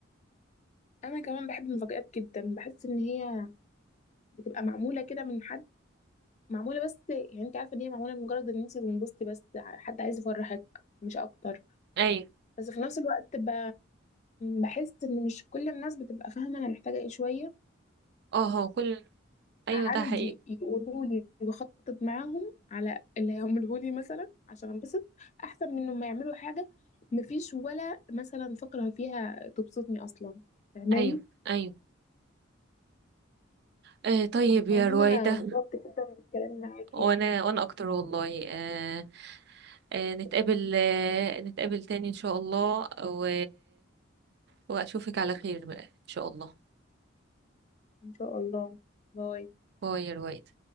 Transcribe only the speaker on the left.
انا كمان بحب المفاجآت جدا بحس ان هي بتبقى معموله كده من حد معموله بس يعني انت عارفه ان هي معموله لمجرد ان انت تنبسطي بس حد عايز يفرحك مش اكتر
بس في نفس الوقت ب... بحس ان مش كل الناس بتبقى فاهمه انا محتاجه ايه شويه
فعندي
يقولوا لي وخطط معاهم على اللي هيعمله لي مثلا عشان انبسط احسن من ما يعملوا حاجه مفيش ولا مثلا فقره فيها تبسطني اصلا فاهماني
عموما
انا انبسطت جدا بالكلام معاكي
ان شاء الله باي